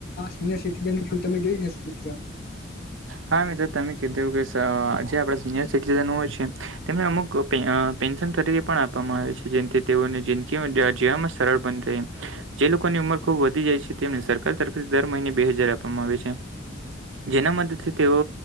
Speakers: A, on the left (about 55°); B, on the right (about 80°).
A: સિનયર સિટીઝન નું કામ તમે જોયું જ હશે. મિત્ર,
B: હા મિત્ર તમે કીધું એવું કઈશ આજે આપણે સિનિયર સિટીજન હોય છે. તેમને અમુક પે-પેન્શન તરીકે પણ આપવામાં આવે છે જેમથી તેઓને જિંદગી જીવામાં સરળ બને. ને એમ જે લોકોની ઉંમર ખુબ વધી જાય છે તેમને સરકાર તરફથી દર મહિને બે હજાર આપવામાં છે. જેના મદદથી તેઓ